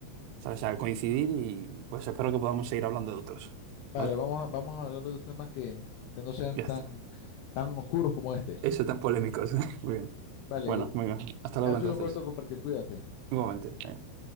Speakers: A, on the right; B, on the left.
A: ¿sabes? a coincidir
B: Mm.
A: y pues espero que podamos seguir hablando de otros.
B: Vale,
A: ¿Vale?
B: vamos a, vamos a hablar de los temas que, que no sean
A: Ya
B: tan,
A: está.
B: tan oscuros como este.
A: Eso tan polémicos. <laughs> Muy bien.
B: Vale,
A: Bueno, venga, hasta
B: ha
A: luego
B: sido
A: entonces.
B: un gusto compartir, cuídate.
A: Igualmente. venga.